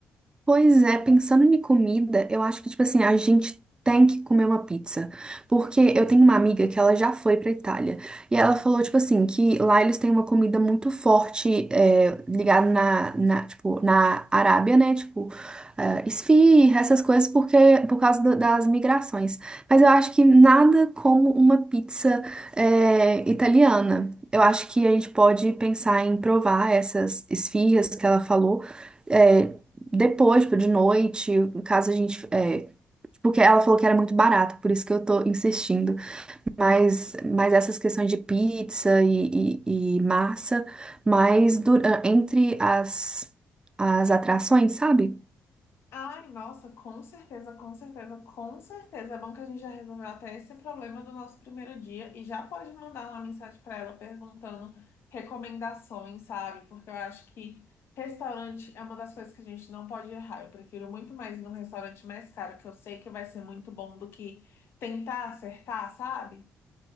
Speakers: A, on the right; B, on the left.
A: Pois é, pensando em comida, eu acho que, tipo assim, a gente tem que comer uma pizza. Porque eu tenho uma amiga que ela já foi pra Itália. E ela falou, tipo assim, que lá eles têm uma comida muito forte, é, ligada na, na, tipo, na Arábia, né? Tipo, é, esfirra, essas coisas, porque, por causa da- das migrações. Mas eu acho que nada como uma pizza, é, italiana. Eu acho que a gente pode pensar em provar essas esfirras que ela falou. é, depois, tipo, de noite, caso a gente. É, porque ela falou que era muito barato, por isso que eu tô insistindo. Mas, mas essas questões de pizza e, e, e massa, mas du- entre as, as atrações, sabe?
B: Ai, nossa, com certeza, com certeza, com certeza. É bom que a gente já resolveu até esse problema do nosso primeiro dia e já pode mandar uma mensagem para ela perguntando recomendações, sabe? Porque eu acho que restaurante é uma das coisas que a gente não pode errar. Eu prefiro muito mais ir num restaurante mais caro, que eu sei que vai ser muito bom, do que tentar acertar, sabe?